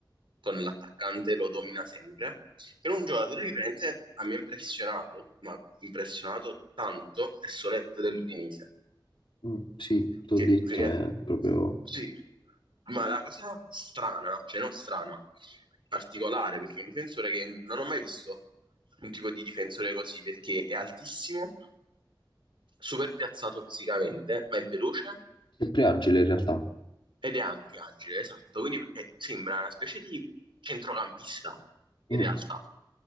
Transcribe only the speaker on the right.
con l'attaccante lo domina sempre. Però un giocatore che veramente a me ha impressionato, ma impressionato tanto, è Solette dell'Udinese
che,
che-
sì, ma la cosa strana, cioè non strana, particolare, perché è un difensore che non ho mai visto un tipo di difensore così, perché è altissimo, super piazzato fisicamente, ma è veloce
ed è anche agile, esatto, quindi è- sembra una specie di centrocampista in
realtà,